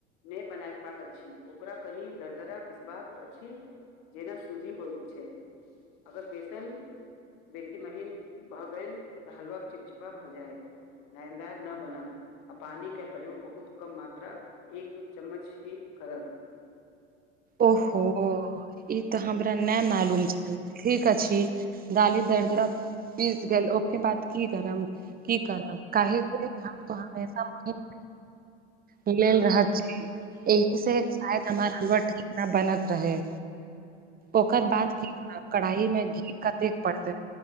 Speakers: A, on the left (about 55°); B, on the right (about 25°).
A: नहि बनायबाक अछि ओकरा कनि दरदरा पिसबाक अछि जेना सुजी होइत छै अगर बेसन बेसी महीन भ गेल तऽ हलवा चिपचिपा भऽ जायत दायन्दार न बनत आ पानी के प्रयोग बहुत कम मात्रा एक दू चम्मच ही करब
B: ओहो ई तऽ हमरा नहि मालूम छै ठीक अछि दाली दर्दरा पीस गेल ओके बात की करम की करब काहेके हमेशा म मिल रहत एहि से शायद हमर हलवा ठीक ना बनत रहे ओकर बाद की करब कढ़ाई में घी कतेक पड़ते